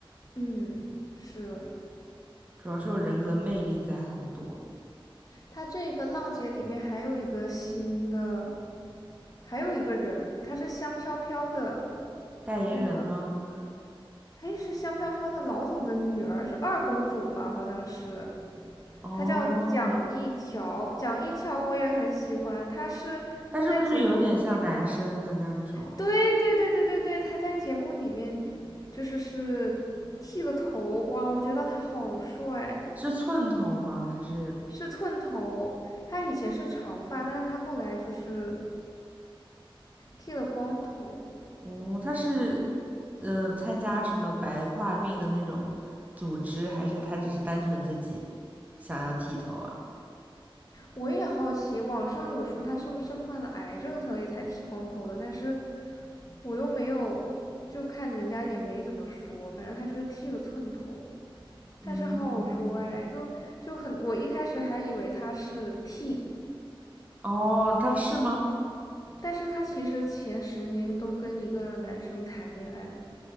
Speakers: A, on the left; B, on the right.
A: 嗯，是。
B: 主要是有人格魅力在很多。
A: 他这个《浪姐》里面还有一个新的，还有一个人，他是香飘飘的，
B: 代言人吗？
A: 那个，哎，是香飘飘的老总的女儿，是二公主吧？好像是。
B: 哦，
A: 她叫蒋一乔，蒋一乔我也很喜欢，她是她在节目里
B: 他是不是有点像男生的那种？
A: 对对对对对对，他在节目里面就是是剃了头，哇，我觉得他好帅，
B: 是寸头吗？还是，
A: 是寸头。他以前是长发，但是他后来就是剃了光头。
B: 嗯，他是呃参加什么白化病的那种组织，还是他只是单纯自己想要剃头啊？
A: 我也好奇，网上有说他是不是患了癌症所以才剃光头的，但是我又没有，就看人家也没怎么说，反正他就是剃了寸头，但是好好说哎，
B: 嗯，
A: 就就很，我一开始还以为他是剃。
B: 哦，他是吗？
A: 但是他其实前十年都跟一个男生谈恋爱，